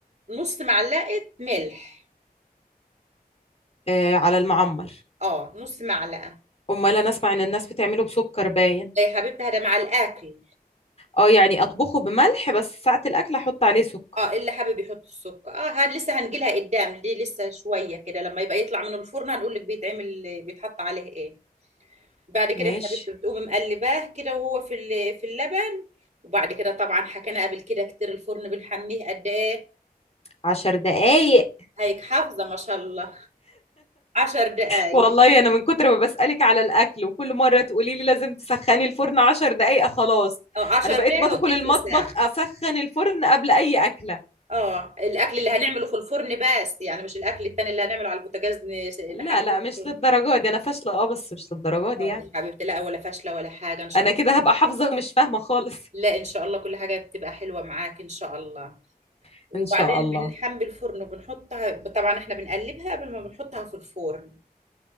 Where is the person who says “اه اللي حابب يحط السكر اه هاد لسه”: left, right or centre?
Right